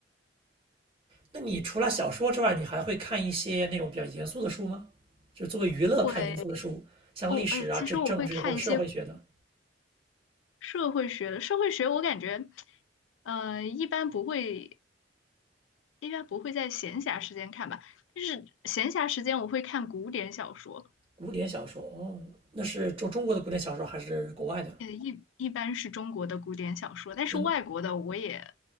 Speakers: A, on the right (about 30°); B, on the left (about 85°).
A: 那你除了小说之外，你还会看一些那种比较严肃的书吗？就作为娱乐看严肃的书，
B: 会
A: 像历史啊、
B: 哦，哎，其实我会看一些
A: 政政治或者社会学的
B: 社会学的，社会学我感觉，呃，一般不会，一般不会在闲暇时间看吧，但是闲暇时间我会看古典小说。
A: 古典小说。哦，那是中中国的古典小说还是国外的？
B: 呃，一一般是中国的古典小说，但是外国的我也
A: 那